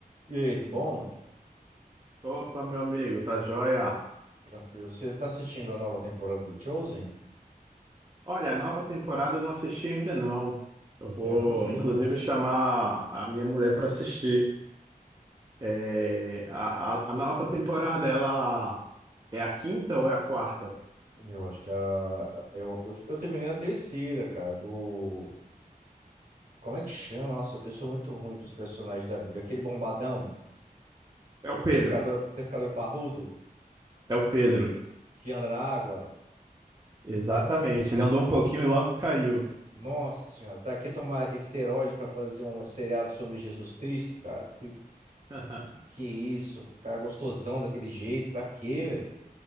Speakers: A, on the right (about 60°); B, on the right (about 30°).
A: E aí, tudo bom?
B: Opa, meu amigo, tá joia?
A: Tranquilo. Você tá assistindo a nova temporada do Chosen?
B: Olha, a nova temporada eu não assisti ainda não. Eu vou,
A: Eu não gostei,
B: inclusive,
A: não.
B: chamar a minha mulher para assistir. É, a, a, a nova temporada, ela é a quinta ou é a quarta?
A: Eu acho que a. Eu, eu, eu terminei na terceira, cara, do. Como é que chama? Nossa, eu sou muito ruim pros personagens da Bíblia. Aquele bombadão,
B: É o Pedro.
A: pescador, pescador parrudo,
B: É o Pedro.
A: que anda na água.
B: Exatamente. Ele andou um pouquinho e logo caiu.
A: Nossa senhora, pra que tomar esteroide pra fazer um seriado sobre Jesus Cristo, cara? Que,
B: <laughs>
A: que isso? Cara é gostosão daquele jeito, pra quê, velho?